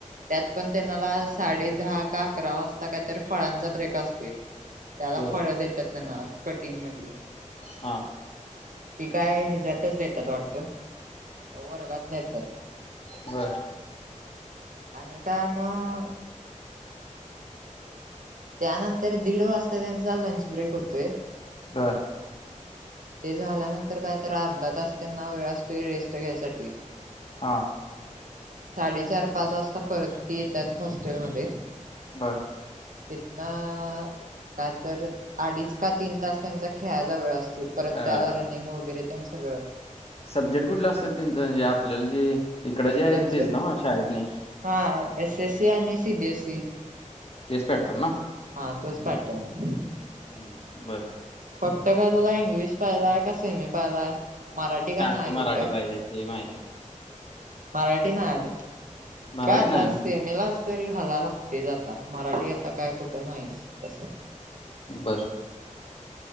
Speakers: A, on the right (about 80°); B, on the left (about 50°).
A: त्यात पण त्यां मला साडे दहा का अकरा वाजता कायतरी फळांचा ब्रेक असते <unintelligible> त्याला
B: बर
A: फळं देतात त्यांना कटिंग मधली
B: हा
A: पी काय हिच्यातच देतात वाटतं वर्गात नेतात
B: बर
A: आणि काय मग <unintelligible> त्यानंतर दीड वाजता त्यांचा लंच ब्रेक होतोय <unintelligible>
B: घर <unintelligible>
A: ते झाल्यानंतर काय तर अर्धा तास त्यांना वेळ असतो रेस्ट घ्यायसाठी
B: हा <unintelligible>
A: मग साडेचार पाच वाजता परत त येतात हॉस्टेलमध्ये
B: बरं
A: कितना <unintelligible> काय तर अडीच का तीन तास त्यांचा खेळायचा वेळ असतो ते परत
B: अ
A: त्याला रनिंग वगैरे ते सगळं
B: सब्जेक्ट कुठले असतात त्यांच म्हणजे आपल्याला जे इकडं जे आहेत
A: सब्जेक्ट
B: तेच ना शाळेत नाही
A: हा एसएस सी आणि सी बीएसई
B: तेच पेटतात ना
A: हा तोच पॅटर्न <unintelligible>
B: हम्म बरं
A: फक्त काय तुला इंग्लिश पाहिलाय का सीमी पाहिलाय मराठी काय
B: का
A: नाय
B: ती
A: तिथं
B: मराठी पाहिजे त माहित आहे <unintelligible>
A: मराठी ना आध
B: आहे मराठी
A: काय आता
B: नाही ना
A: सेमेलाच तरी हला लागतेच आता मराठी आता काय कुठं नाहीच तसं
B: बर <unintelligible>